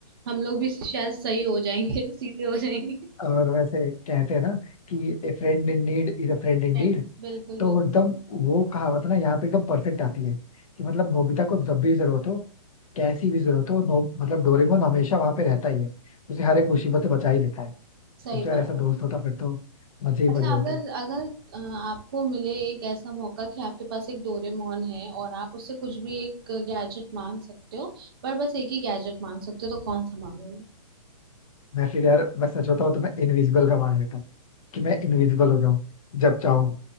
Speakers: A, on the right; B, on the left.
A: हम लोग भी शायद सही हो जाएंगे <laughs> सीधे हो जाएंगे
B: और वैसे कहते हैं ना कि a friend in need is a friend in
A: फ्रेंड,
B: deed
A: बिल्कुल
B: तो
A: बिल्कुल
B: एकदम वो कहावत ना यहाँ पे एकदम परफेक्ट आती है कि मतलब नोबिता को जब भी जरूरत हो कैसी भी जरूरत हो नो, मतलब डोरेमोन हमेशा वहां पे रहता ही है उसे हर एक मुसीबत से बचा ही लेता है
A: सही
B: कुछ यार
A: बात
B: ऐसा दोस्त
A: है
B: होता फिर तो मजे ही
A: अच्छा
B: मजे होते
A: अगर अगर अ, आपको मिले एक ऐसा मौका कि आपके पास एक डोरेमोन है और आप उससे कुछ भी एक गैजेट मांग सकते हो पर बस एक ही गैजेट मांग सकते हो तो कौन सा मांगोगे
B: मैं फिर यार मैं सच बताऊं तो मैं इनविजिबल का मान लेता कि मैं इनविजिबल हो जाऊं जब चाहूं